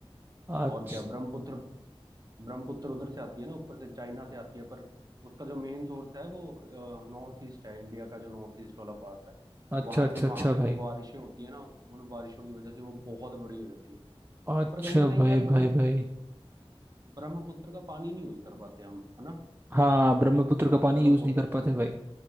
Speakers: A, on the right; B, on the right.
A: अच्छा
B: और क्या ब्रह्मपुत्र ब्रह्मपुत्र उधर से आती है ना ऊपर से चाइना से आती है पर उसका जो मेन सोर्स है वो नॉर्थ ईस्ट है इंडिया का जो नॉर्थ ईस्ट वाला पार्ट है
A: अच्छा
B: वहां
A: अच्छा
B: से वहां
A: अच्छा
B: पे जो
A: भाई
B: बारिशें होती है ना उन बारिशों की वजह से वो बहुत बड़ी हो जाती है
A: अच्छा
B: पर कहीं ना कहीं
A: भाई
B: यार ब्रह्म
A: भाई भाई
B: ब्रह्मपुत्र का पानी नहीं यूज कर पाते हम है ना
A: हाँ ब्रह्मपुत्र का पानी
B: चलो
A: यूज
B: को
A: नहीं कर पाते भाई